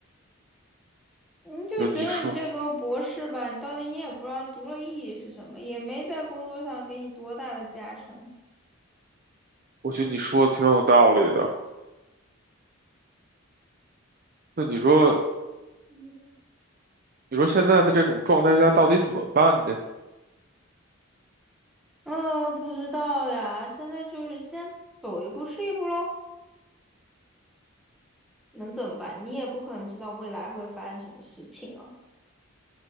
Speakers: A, in the centre; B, on the right (about 40°).
A: 你就觉得你这个博士吧，
B: 那你说，
A: 你到底你也不知道读了意义是什么，也没在工作上给你多大的加成。
B: 我觉得你说的挺有道理的。那你说，
A: 嗯，
B: 你说现在的这种状态下到底怎么办呢？
A: 呃，不知道呀，现在就是先走一步是一步喽，能怎么办？你也不可能知道未来会发生什么事情啊，